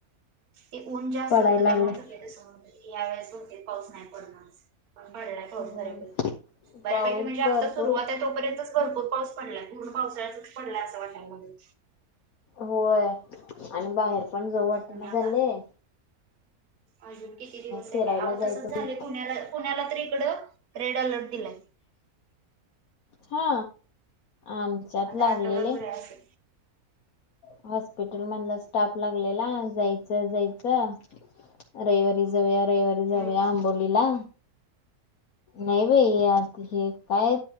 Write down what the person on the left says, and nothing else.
पडायला
लागलाय
हम्म
पाऊस
भरपूर
होय आणि बाहेर पण जऊ वाटे
ना
झालेय.
फिरायला
जायचं
की
हा आमच्यात
लागलेले
हॉस्पिटल मधला स्टाफ लागलेला जायचं जायचं. रविवारी जाऊया रविवारी जाऊया
आंबोलीला नाही बाई आता हे काय